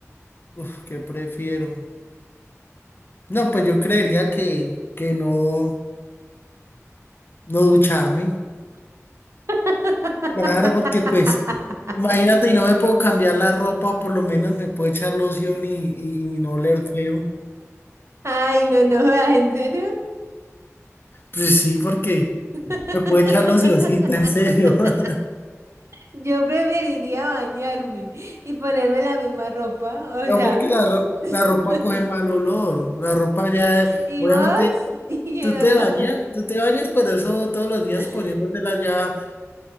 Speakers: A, on the left (about 45°); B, on the right (about 60°).
A: Uf, ¿qué prefiero? No, pues yo creería que, que no, no ducharme.
B: <laughs>
A: Claro, porque pues, imagínate, y no me puedo cambiar la ropa, por lo menos me puedo echar loción y, y, y no oler feo.
B: Ay, no, no, jodas, ¿en serio?
A: Pues sí, porque
B: <laughs>
A: me puedo echar locioncita, en serio. <laughs>
B: Yo preferiría bañarme y ponerme la misma ropa,
A: No,
B: o sea,
A: porque la, ro-
B: <laughs>
A: la ropa coge mal olor. La ropa ya,
B: y
A: obviamente.
B: vos y
A: Tú
B: el olor,
A: te bañas, tú te bañas, pero eso todos los días
B: <laughs>
A: poniéndotela ya,